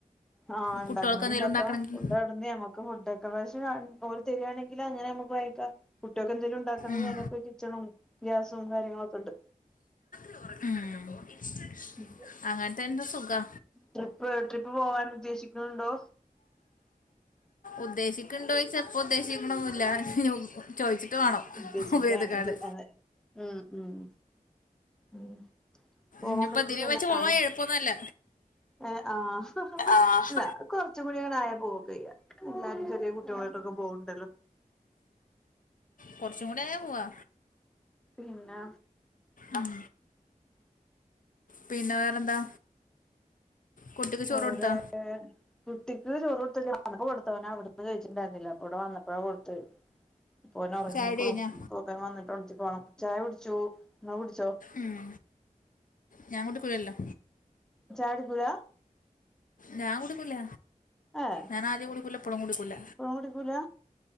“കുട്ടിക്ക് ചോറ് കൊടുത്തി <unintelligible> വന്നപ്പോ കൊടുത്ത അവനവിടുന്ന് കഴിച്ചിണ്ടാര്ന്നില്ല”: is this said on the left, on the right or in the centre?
Centre